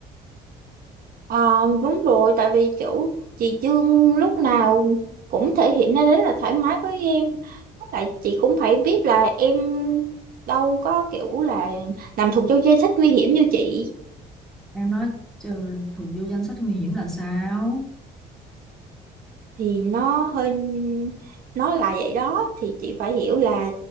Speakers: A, on the right; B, in the centre.
A: Ờ, đúng rồi, tại vì kiểu chị Dương lúc nào cũng thể hiện ra đấy là thoải mái với em. Với lại chị cũng phải biết là em đâu có kiểu là làm thuộc vô danh sách nguy hiểm như chị
B: em nói trừ thuộc vô danh sách nguy hiểm là sao
A: thì nó hơi nó là vậy đó thì chị phải hiểu là